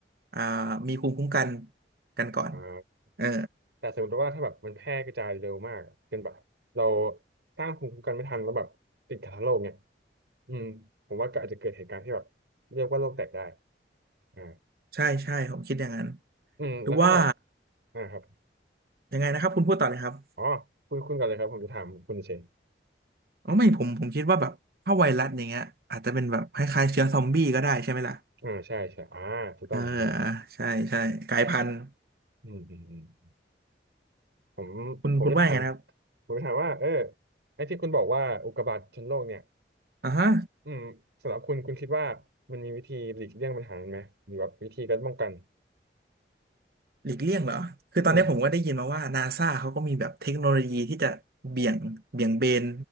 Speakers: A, on the right (about 60°); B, on the right (about 80°).
A: อ่ามีภูมิคุ้มกันกันก่อน
B: อ่า
A: เออ
B: แต่สมมติว่าถ้าแบบมันแพร่กระจายเร็วมากอะเป็นแบบเราสร้างภูมิคุ้มกันไม่ทันแล้วแบบติดกันทั้งโลกเนี่ยอืมผมว่าก็อาจจะเกิดเหตุการณ์ที่แบบเรียกว่าโลกแตกได้อ่า
A: ใช่ใช่ผมคิดอย่างนั้น
B: อืมแล้วถ้าแบบ
A: หรือว่า
B: อ่าครับ
A: ยังไงนะครับคุณพูดต่อเลยครับ
B: อ๋อคุณคุณก่อนเลยครับผมจะถามคุณเฉย
A: อ๋อไม่ผมผมคิดว่าแบบถ้าไวรัสอย่างเงี้ยอาจจะเป็นแบบคล้ายๆเชื้อซอมบี้ก็ได้ใช่ไหมล่ะ
B: อ่าใช่ใช่อ่าถูกต้องถูกต้อง
A: เออใช่ใช่กลายพันธุ์
B: อืมอืมอืมผม
A: คุณคุณว่ายังไงนะครับ
B: ผมจะถามผมจะถามว่าเออไอ้ที่คุณบอกว่าอุกกาบาตชนโลกเนี่ย
A: อ่าฮะ
B: อืมสำหรับคุณคุณคิดว่ามันมีวิธีหลีกเลี่ยงปัญหาไหมหรือว่าวิธีการป้องกัน
A: หลีกเลี่ยงเหรอ คือตอนนี้ผมก็ได้ยินมาว่านาซาเขาก็มีแบบเทคโนโลยีที่จะเบี่ยงเบี่ยงเบน
B: อืม